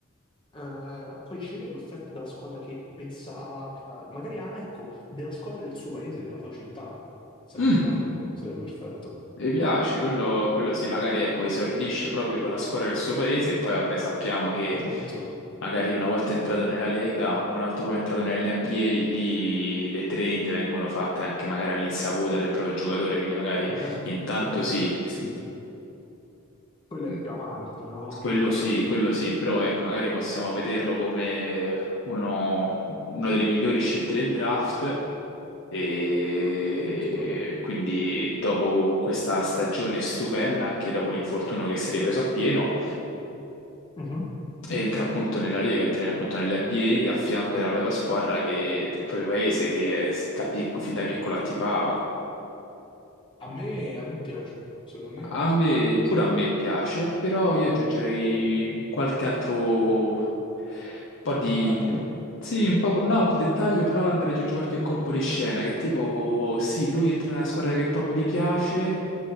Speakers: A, on the left (about 25°); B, on the left (about 60°).
A: Eh, poi riceve l'offerta dalla squadra che pensava, eh, magari ah, ecco, della squadra del suo paese, della sua città. Sarebbe
B: Mm,
A: ottimo, sarebbe perfetto.
B: Mi piace, quello, quello sì, magari ecco, esordisce proprio con la squadra del suo paese e poi vabbè sappiamo che
A: Esatto,
B: magari una volta entrato nella Lega, un altro po' entrato nell'NBA, lì le trade vengono fatte anche magari all'insaputa del proprio giocatore, quindi magari
A: certo,
B: intanto
A: certo.
B: sì,
A: Sì, quello
B: Mm,
A: è più avanti, no?
B: quello
A: Eh,
B: sì, quello sì, però ecco, magari possiamo
A: eh,
B: vederlo come uno, una delle migliori scelte del draft e
A: certo, certo.
B: quindi dopo questa stagione stupenda, anche dopo l'infortunio che si è ripreso a pieno,
A: Mhm.
B: entra appunto nella Lega, entra appunto nell'NBA a a fianco della propria squadra che- del proprio paese che è- da pic- fin da piccola attivava
A: A me, a me piace, secondo me è
B: A
A: ottima
B: me,
A: come cosa.
B: pure a me piace, però io aggiungerei qualche altro po' di...
A: Dettaglio?
B: Sì, un po'... No, più dettaglio, però andrei ad aggiungere qualche colpo di scena, che tipo, sì, lui entra nella squadra che proprio gli piace,